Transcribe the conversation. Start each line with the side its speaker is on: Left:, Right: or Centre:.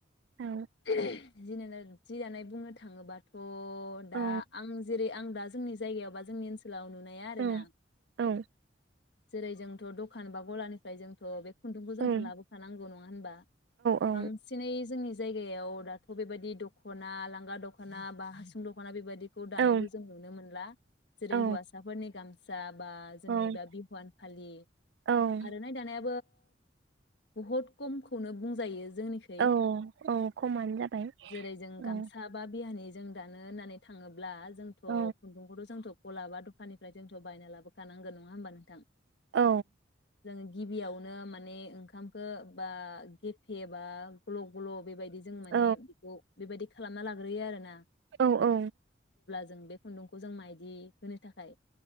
Right: औ
Left: <unintelligible> बुंनो थाङोबाथ'
Right: औ
Left: दा आं जेरै आं दा जोंनि जायगायाव बा जोंनि ओनसो लाव नुनाया आरो
Right: औ
Left: ना
Right: औ
Left: जेरै जोंथ' दखान बा गलानिफ्राय जोंथ' बे खुन्दुंखौ जोंथ'
Right: औ
Left: लाबोखानांगौ नङा होनबा
Right: औ
Left: बांसिनै जोंनि जाय गायाव दाथ' बेबायदि दख'ना लांगा दख'ना बा हासुं दख'ना बेबायदि खौ दानायखौ
Right: औ
Left: जों नुनो मोनला जेरै
Right: औ
Left: हौवासाफोरनि गाम जा बा जोंनिबा
Right: औ
Left: बि फालि
Right: औ
Left: आरनाइ दानाय बहुद खमखौनो बुंजायो जोंनिखै
Right: औ औ खमानो जाबाय
Left: जेरै जों गामसा
Right: औ
Left: बा बिहानि जों दानो होननानै थाङोब्ला जोंथ'
Right: औ
Left: खुन्दुंखौथ' जोंथ' गलाबा दखाननिफ्राय जोंथ' बायना लाबोखानांगोन नङा होमबा नोंथां
Right: औ
Left: जोङो गिबियावनो नो माने ओंखामखो बा गेफे बा ग्लब ग्लब बेबायदि जों माने
Right: औ
Left: बेखौ बेबायदि खालामना लाग्रोयो आरो ना
Right: औ औ
Left: जों बे खुन्दुंखौ जों माइदि होनो थाखाय